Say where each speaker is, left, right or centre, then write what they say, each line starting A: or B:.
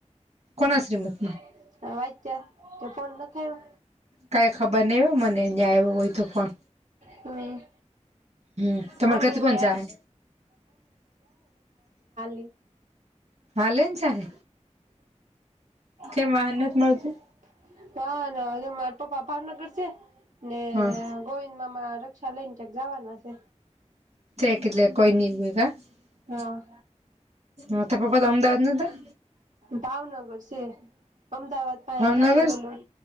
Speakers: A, on the right; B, on the right.
A: કોના શ્રીમત
B: <unintelligible> તો ફોન નથ આયો
A: કાંઈ ખબર નહીં હો મને અહીં આવ્યો હોય તો ફોન.
B: હમ
A: હમ તમારે
B: મમ્મી
A: ઘરથી કોણ
B: ને
A: જાહે
B: <unintelligible>
A: હાલે જ છે ને કેમ
B: <inaudible>
A: વાહન નથ મળતું
B: હ ના મારા પપ્પા ભાવનગર છે ને
A: હા
B: ગોવિંદ મામાં રક્ષા લઈને ક્યાંક જવાના છે.
A: <unintelligible>
B: હા
A: મોટા પપ્પા તો અમદાવાદ નતા
B: ભાવનગર છે અમદાવાદ પાહે
A: ભાવનગર
B: <unintelligible> ઓલું